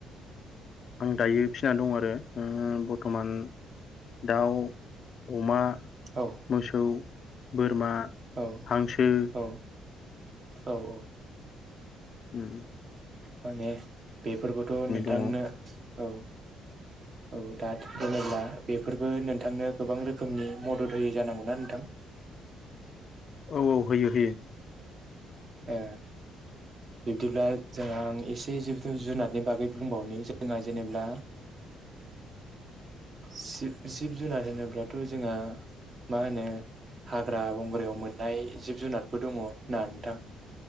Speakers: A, on the left; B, on the right.
A: आं दायो फिसिना दं आरो ओ बर्थमान दाउ, अमा
B: औ औ
A: मोसौ बोरमा
B: औ
A: हांसो
B: औ औ औ
A: होम
B: माने बेफोरखौथ' नोंथांनो
A: दङ औ
B: औ औ दा दोनोब्ला बेफोर बो नोंथांनो गोबां रोखोमनि मदद होयो जानांगौना नोंथां
A: औ औ होयो होयो
B: ओ बिब्दिब्ला जोंहा आं एसे जिब जुनारनि बागै बुंबावनि जों जोंङा जेनेब्ला जिब जिब जुनार होनोब्लाथ' जोंहा मा होनो हाग्रा बंग्रायाव मोननाय जिब जुनारबो दङ' ना नोंथां?